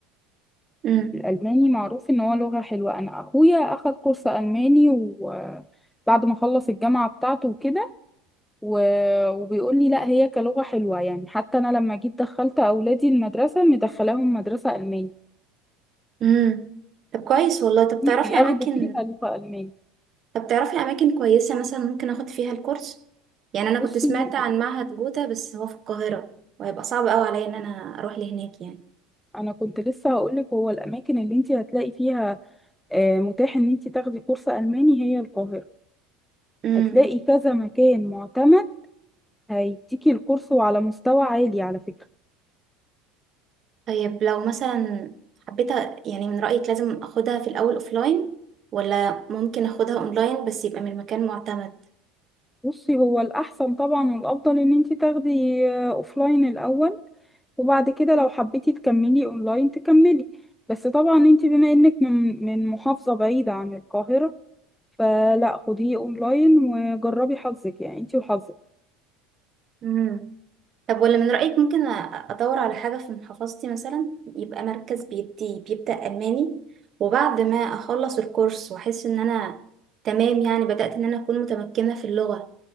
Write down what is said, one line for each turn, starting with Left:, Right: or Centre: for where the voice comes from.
Right: امم
Centre: الألماني معروف إن هو لغة حلوة أنا أخويا أخد كورس ألماني وبعد ما خلص الجامعة بتاعته وكده و... وبيقول لي لا هي كلغة حلوة يعني حتى أنا لما جيت دخلت أولادي المدرسة مدخلاهم مدرسة ألماني
Right: امم طب كويس والله طب
Centre: بي-
Right: تعرفي
Centre: بياخدوا
Right: اماكن
Centre: فيها لغة ألماني
Right: طب تعرفي اماكن كويسة مثلا ممكن اخد فيها الكورس يعني انا كنت
Centre: بصي
Right: سمعت
Centre: هو-
Right: عن معهد جوتا بس هو في القاهرة وهيبقى صعب قوي عليا ان انا اروح لهناك يعني
Centre: أنا كنت لسه هقولك هو الأماكن اللي أنت هتلاقي فيها آه، متاح ان انت تاخدي كورس الماني هي القاهره
Right: امم
Centre: هتلاقي كذا مكان معتمد هيديكي الكورس وعلى مستوى عالي على فكره
Right: طيب لو مثلا حبيت أ- يعني من رأيك لازم اخدها في الاول اوفلاين ولا ممكن اخدها اونلاين بس يبقى من مكان معتمد
Centre: بصي هو الأحسن طبعا والأفضل إن انتي تاخدي أوفلاين الأول وبعد كده لو حبيتي تكملي اونلاين تكملي بس طبعا انت بما انك من من محافظة بعيدة عن القاهرة فلا خديه اونلاين وجربي حظك يعني انت وحظك
Right: امم طب ولا من رأيك ممكن أ- ادور على حاجة في محافظتي مثلا يبقى مركز بيدي بيبدأ ألماني وبعد ما اخلص الكورس واحس ان انا تمام يعني بدأت ان انا اكون متمكنة في اللغة